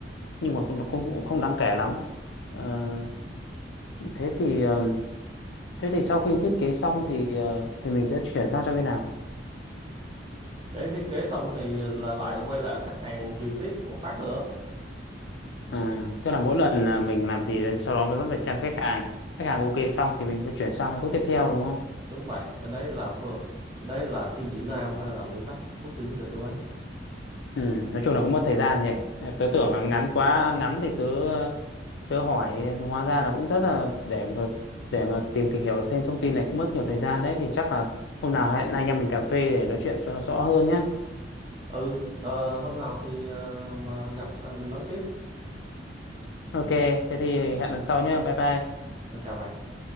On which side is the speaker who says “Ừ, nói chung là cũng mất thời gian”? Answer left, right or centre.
Left